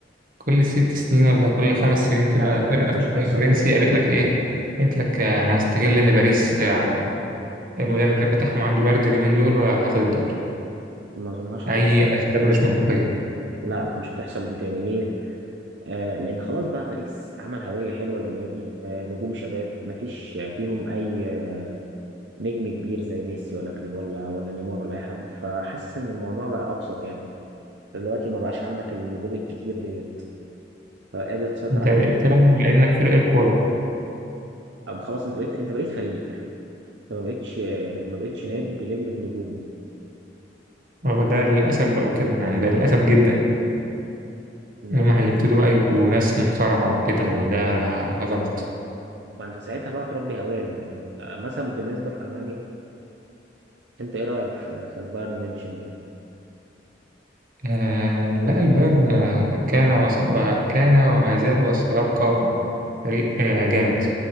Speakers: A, on the right; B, on the right.
A: كل ست سنين ولا كل خمس سنين كده
B: لا لا
A: فرقة
B: لا مش
A: في الدوري
B: هتحصل
A: الفرنسي
B: تاني
A: قالت لك ايه؟ قالت لك آه، انا هستغل ان باريس آه، يعني المدرب بتاعهم عنده برد اليومين دول وهاخد الدوري
B: ما اظنهاش
A: اي
B: هتحصل
A: اسباب مش منطقية
B: لا لا مش هتحصل دي تاني ليه؟ آه لأن خلاص بقى باريس عمل هوية حلوة للنادي آه نجوم شباب مفيش فيهم أي آه، نجم كبير زي ميسي ولا كري- ولا ولا نيمار ولا أي حد فحاسس إن الموضوع بقى أبسط يعني دلوقتي ما بقاش عندك النجوم الكتير ديت فقادر تسيطر
A: انت
B: على
A: بقيت
B: النادي
A: تلعب على انك فرقة كورة
B: أب خلاص أنت بقيت أنت بقيت فريق أنت ما بقتش آه، ما بقتش نادي بيلم النجوم
A: وده للاسف بقوا كده يعني ده للاسف جدا
B: إنما
A: اللي هم هيبتدوا بقى يبقوا ناس محترمة وكده وده غلط
B: ما أنت ساعتها بقى تربي هوية للنادي آه، مثلا بالنسبة في ألمانيا انت ايه رايك في في البايرن ميونشن يعني
A: آه لا البايرن كان وص... وكان وما زال وسيبقى فريق آه جامد